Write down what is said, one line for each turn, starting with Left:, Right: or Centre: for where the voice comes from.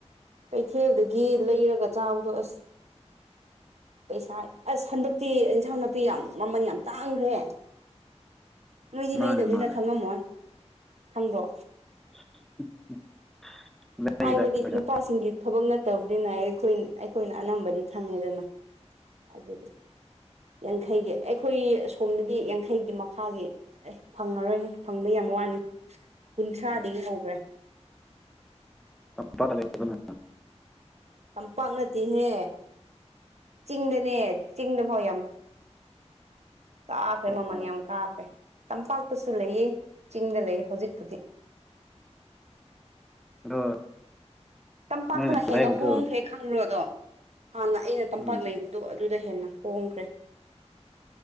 Right: ꯀꯩꯊꯦꯜꯗꯒꯤ ꯂꯩꯔꯒ ꯆꯥꯕꯗꯣ ꯑꯁ ꯄꯩꯁꯥ ꯑꯁ ꯍꯟꯗꯛꯇꯤ ꯏꯟꯁꯥꯡ ꯅꯥꯄꯤ ꯌꯥꯝ ꯃꯃꯜ ꯌꯥꯝ ꯇꯥꯡꯒ꯭ꯔꯦ ꯅꯣꯏꯗꯤ
Centre: ꯃꯥꯅꯦ
Right: ꯂꯩꯗꯕꯅꯤꯅ
Centre: ꯃꯥꯅꯦ
Right: ꯈꯪꯉꯝꯃꯣꯏ ꯈꯪꯕ꯭ꯔꯣ
Centre: <unintelligible>
Right: ꯍꯥꯏꯕꯗꯤ
Centre: ꯂꯩꯗ ꯑꯩꯈꯣꯏꯁꯨ
Right: ꯅꯨꯄꯥꯁꯤꯡꯒꯤ ꯊꯕꯛ ꯅꯠꯇꯕꯅꯤꯅ ꯑꯩꯈꯣꯏ ꯑꯩꯈꯣꯏꯅ ꯑꯅꯝꯕꯗꯤ ꯈꯪꯉꯦꯗꯅ ꯑꯗꯨꯒꯤ ꯌꯥꯡꯈꯩꯒꯤ ꯑꯩꯈꯣꯏ ꯑꯁꯣꯝꯗꯗꯤ ꯌꯥꯡꯈꯩꯒꯤ ꯃꯈꯥꯒꯤ ꯑꯦ ꯐꯪꯉꯔꯣꯏꯍꯦ ꯐꯪꯕ ꯌꯥꯝ ꯋꯥꯅꯤ ꯀꯨꯟꯊ꯭ꯔꯥꯗꯒꯤ
Centre: ꯎꯝ
Right: ꯍꯧꯈ꯭ꯔꯦ
Centre: <unintelligible>
Right: ꯌꯥꯝ ꯄꯥꯛꯅꯠꯇꯦꯍꯦ ꯆꯤꯡꯗꯅꯦ ꯆꯤꯡꯗꯐꯥꯎ ꯌꯥꯝ ꯀꯥꯈ꯭ꯔꯦ
Centre: ꯑꯣ
Right: ꯃꯃꯜ ꯌꯥꯝ ꯀꯥꯈ꯭ꯔꯦ ꯇꯝꯄꯥꯛꯇꯁꯨ ꯂꯩꯌꯦ ꯆꯤꯡꯗ ꯂꯩꯌꯦ ꯍꯧꯖꯤꯛꯄꯨꯗꯤ
Centre: ꯑꯗꯣ
Right: ꯇꯝꯄꯥꯛꯇꯅ
Centre: ꯅꯣꯏꯅ
Right: ꯍꯦꯟꯅ
Centre: ꯂꯩꯕꯗꯨ
Right: ꯍꯣꯡꯈ꯭ꯔꯦ ꯈꯪꯕ꯭ꯔꯣꯗꯣ ꯍꯥꯟꯅ ꯑꯩꯅ ꯇꯝꯄꯥꯛ
Centre: ꯎꯝ
Right: ꯂꯩꯕꯗꯣ ꯑꯗꯨꯗ ꯍꯦꯟꯅ ꯍꯣꯡꯈ꯭ꯔꯦ